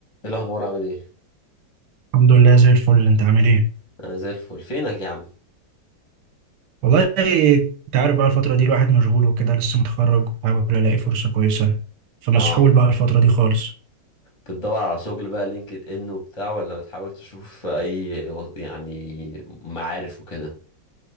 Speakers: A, on the left; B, on the right.
A: ايه الاخبار عامل ايه
B: الحمد لله زي الفل انت عامل ايه
A: انا زي الفل فينك يا عم
B: والله انت عارف بقى الفترة دي الواحد مشغول وكده لسه متخرج بحاول الاقي فرصة كويسة فمسحول
A: اه
B: بقى الفترة دي خالص
A: بتدور على شغل بقى لينكد ان وبتاع ولا بتحاول تشوف اي و- يعني معارف وكده